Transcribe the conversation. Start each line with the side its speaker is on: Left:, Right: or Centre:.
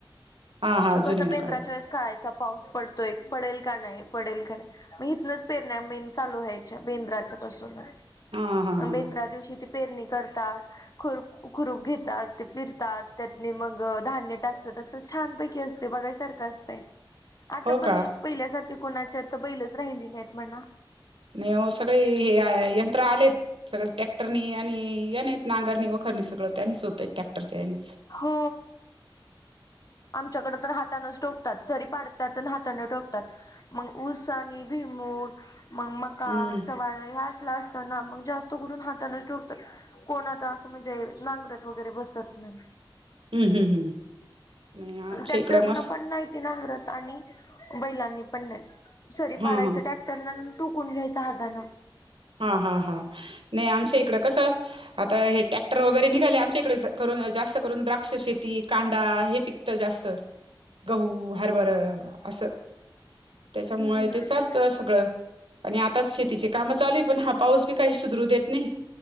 Right: हा हा जुन्या
Left: कस बेंद्राच्या
Right: काळी
Left: वेळे कायचा पाऊस पडतोय, पडेल का नाही? पडेल का नाही? मग इथनच पेरण्या मेण चालू व्हायच्या. बेंद्राच्या पासूनच.
Right: हा हा हा
Left: बेंद्रा दिवशी ती पेरणी करतात. खुरप खुरूप घेतात, ते फिरतात, त्यातने मग धान्य टाकतात. असं छानपैकी असतय, बघायसारखं असतय. आता
Right: हो
Left: पण
Right: का
Left: पहिल्यासारख्या कोणाची आता बैलच राहिली नाहीत म्हणा.
Right: नाही आवो सगळे हे यंत्र आलेत. सगळ टॅक्टरनी आणि यानीच नांगरणी, वखरणी सगळं. त्यांनीच होतय. टॅक्टरच्या यानीच.
Left: हो आमच्याकडे तर हातानच टोकतात, सरी पाडतात आण हातान टोकतात. मग ऊस आणि भुईमुग. मग मका,
Right: हम्म
Left: चवाळ ह्या असत ना. मग जास्त करून हातानेच टोकतात. कोण आता असं म्हणजे नांगरात वगैरे बसत नाही.
Right: हम्म, हम्म, हम्म, हम्म. नाही आमच्या
Left: ट्रॅक्टर
Right: इकडं
Left: पुन्हा
Right: मस्त
Left: पण नाही ते नांगरत. आणि बैलांनी पण नाही. सरी
Right: हा
Left: पडायचं
Right: हा
Left: टॅ कटरननं. टुकून घ्यायच हातान.
Right: हा हा हा. नाही आमच्या इकडं कसं, आता हे टॅक्टर वगैरे निघाले. आमच्या करून जास्त करून द्राक्ष शेती कां दा हे पिकत जास्त. गहू, हरभर असं. त्याच्यामुळे
Left: हम्म.
Right: ते चालतं सगळं. आणि आताच शेतीची काम चालू पण हा पाऊस बी काही सुधरू देत नाही.